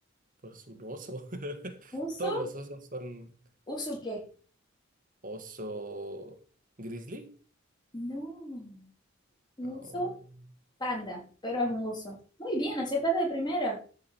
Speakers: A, on the right; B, on the left.
A: pues un oso. <laughs>
B: uso,
A: Todos los osos son
B: uso qué?
A: oso grizzly.
B: No, uso
A: Oh.
B: panda, pero es un oso. Muy bien, aceptaste de primera.